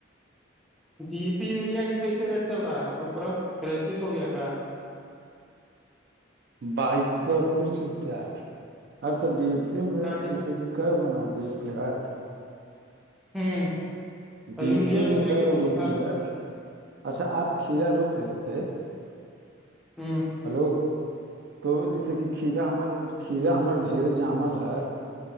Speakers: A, in the centre; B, on the right (about 55°).
A: ڈی پی یوریا کے کیسے ریٹ چل رہا ہے آ لوگ طرف کرریسس ہو گیا کا
B: بائیس سو کچھ روپیہ ار تو ڈی ای پی او میں
A: کا
B: جیسے کہ ک گونا دی کےحات
A: ہوں
B: ڈی
A: یوریا
B: ا پیو میں
A: تو ایک
B: ک
A: ہی
B: گو
A: بولا
B: ڈی ا پی ہے اچھا آپ کھیرا روپ رہے تھے
A: ہوں
B: ہلو تو جیسے کہ کھیا ہم کھیرا ہمر ڈھیر جامل ہے